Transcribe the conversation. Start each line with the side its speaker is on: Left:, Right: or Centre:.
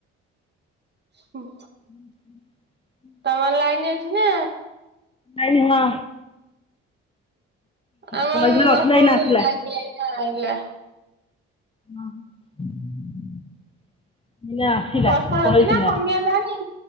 Right: ହୁଁ।
Left: ହୁଁ ହୁଁ ହୁଁ।
Right: ତମର ଲାଇନ ଅଛି ନା?
Left: ନାଇଁନି ହଁ।
Right: ଆମର
Left: କଲେଜରେ ନଥିଲା
Right: ନାହିଁ
Left: ଏଇନା ଆସିଲା।
Right: ଲାଇନି ଏଇନେ ଆଇଲା।
Left: ହଁ, ହଁ <inaudible> ଏଇଲେ ଆସିଲା
Right: ବର୍ଷା
Left: ପଳେଇଥିଲା
Right: ହଉଛି ନା କମିଗଲାଣି